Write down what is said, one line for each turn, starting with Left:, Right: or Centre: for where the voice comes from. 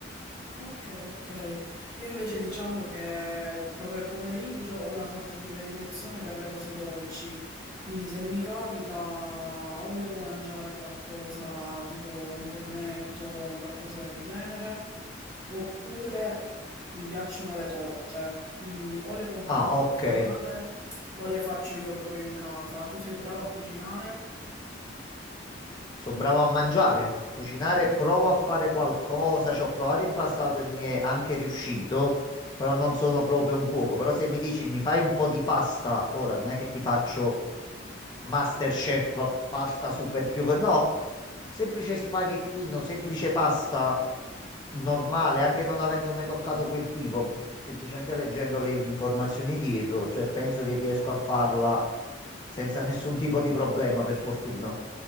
Right: Ok, ok. Io invece diciamo che proprio al pomeriggio ho una sorta di predilezione per le cose dolci, quindi se mi capita o devo mangiare qualcosa tipo un cornetto, qualcosa del genere, oppure mi piacciono le torte, quindi o le compro
Left: Ah,
Right: confezionate
Left: ok.
Right: o le faccio io proprio in casa. Tu sei brava a cucinare?
Left: Sono bravo a mangiare, cucinare, provo a fare qualcosa, ci ho provato in passato e mi è anche riuscito, però non sono proprio un cuoco. Però se mi dici mi fai un po' di pasta, ora non è che ti faccio MasterChef, pasta super più... che- No, semplice spaghettino, semplice pasta normale, anche non avendo mai toccato quel tipo, semplicemente leggendo le informazioni dietro, cioè penso che riesco a farla senza nessun tipo di problema, per fortuna.